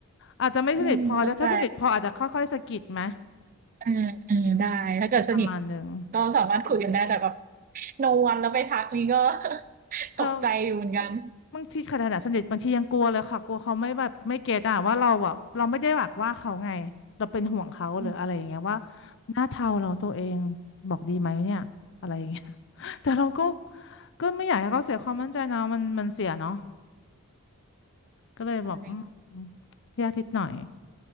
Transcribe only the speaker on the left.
อาจจะไม่สนิทพอด้วยถ้าสนิทพออาจจะค่อยๆสะกิดไหม
ประมาณหนึ่ง
เธอ
บางทีขนาดสนิทบางทียังกลัวเลยค่ะกลัวเขาไม่แบบไม่เก็ตอ่ะว่าเราอ่ะเราไม่ได้หวักว่าเขาไงเราเป็นห่วงเขาหรืออะไรอย่างเงี้ยว่า
หน้าเทาเราตัวเองบอกดีไหมเนี่ยอะไรอย่างเงี้ย <laughs> แต่เราก็ก็ไม่อยากให้เขาเสียความมั่นใจนะมันมันเสียเนาะก็เลยแบบอืม
ยากนิดหน่อย